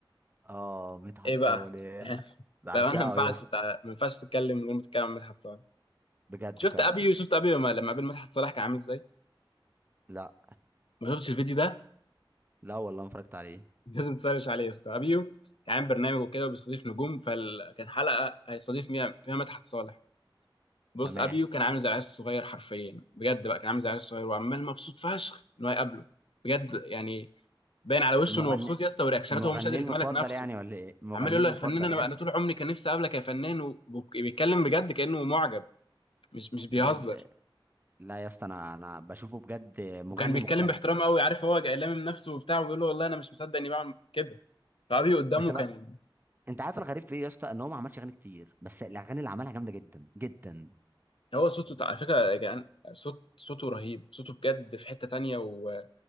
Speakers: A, on the right; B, on the left.
A: اه مدحت
B: ايه بقى
A: صالح
B: يعني
A: بعشقه
B: بقى انا ما ينفعش
A: يا اسطى
B: تع- ما ينفعش تتكلم من غير ما تتكلم عن مدحت صالح
A: بجد
B: شفت
A: فعلا
B: ابيو شفت ابيو لما لما قابل مدحت صالح كان عامل ازاي
A: لا
B: ما شفتش الفيديو ده
A: لا والله ما اتفرجت عليه
B: <laughs> لازم تسرش عليه يا اسطى ابيو كان عامل برنامج وكده وبيستضيف نجوم فكان حلقه هيستضيف فيها فيها مدحت صالح بص
A: تمام
B: ابيو كان عامل زي العيال الصغير حرفيا بجد بقى كان عامل زي العيال الصغير وعمال مبسوط فشخ انه هيقابله بجد يعني باين على وشه
A: مغني
B: انه مبسوط يا اسطى ورياكشناته
A: مغني
B: هو مش قادر
A: المفضل
B: يتملك نفسه
A: يعني ولا ايه مغني
B: عمال يقول
A: المفضل
B: له يا فنان انا
A: يعني
B: انا طول عمري كان نفسي اقابلك يا فنان و- وبيتكلم بجد كانه معجب مش مش بيهزر
A: بجد لا يا اسطى انا انا بشوفه بجد مغني
B: وكان بيتكلم
A: مختلف
B: باحترام قوي عارف هو لامم من نفسه وبتاع وبيقول له والله انا مش مصدق اني بعمل كده فابي قدامه
A: بس بقى
B: كان
A: انت عارف الغريب في ايه يا اسطى ان هو ما عملش اغاني كتير بس الاغاني اللي عملها جامده جدا جدا
B: هو صوته على فكره يا جدعان صوت صوته رهيب صوته بجد في حته تانية و...